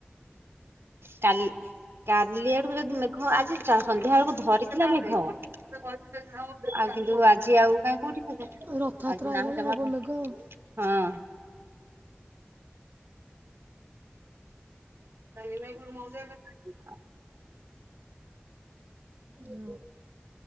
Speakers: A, on the right (about 80°); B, on the right (about 60°).
A: କାଲି କାଲି ଆଡକୁ ଯଦି ମେଘ ଆଜି ଚ ସନ୍ଧ୍ୟା ବେଳକୁ ଧରିଥିଲା ମେଘ ଆଉ କିନ୍ତୁ ଆଜି ଆଉ କାହିଁ କୋଉଠି ଯବ
B: ରଥଯାତ୍ରା
A: ଆଜି ନାହିଁ
B: ଆଇଲାଣି
A: ଜମା
B: ହବ
A: ହଁ।
B: ମେଘ ଆଉ
A: କଲିମ ଗୁର ମଉ ଯା ଖଲି
B: ଆଉ?